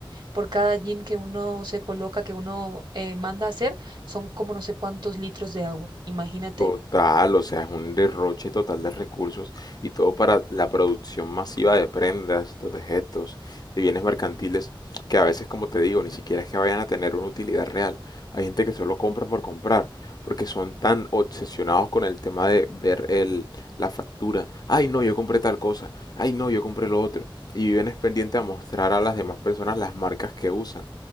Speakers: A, on the right; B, on the left.
A: por cada jean que uno se coloca, que uno eh, manda a hacer? Son como no sé cuántos litros de agua. Imagínate.
B: Total, o sea, es un derroche total de recursos y todo para la producción masiva de prendas, de objetos, de bienes mercantiles, que a veces, como te digo, ni siquiera es que vayan a tener una utilidad real. Hay gente que solo compra por comprar, porque son tan obsesionados con el tema de ver el, la factura. Ay, no, yo compré tal cosa. Ay, no, yo compré lo otro. Y viven es pendiente a mostrar a las demás personas las marcas que usan,